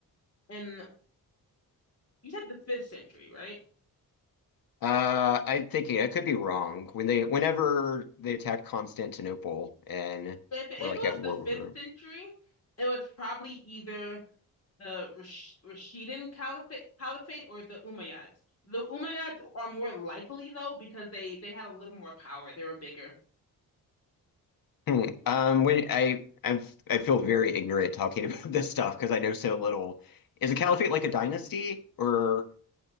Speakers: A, on the left (about 40°); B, on the left (about 70°).
A: And you said the fifth century, right?
B: Uh, I'm thinking I could be wrong. When they, whenever they attacked Constantinople and
A: If if
B: we're
A: it
B: like
A: was
B: at war,
A: the fifth
B: we're-
A: century, it was probably either the Rash Rashidun Caliphate, Caliphate or the Umayyads. The Umayyads are more likely though because they they had a little more power. They were bigger.
B: Hmm. <laughs> Um, when I, I'm, I feel very ignorant talking <laughs> about this stuff because I know so little. Is a caliphate like a dynasty or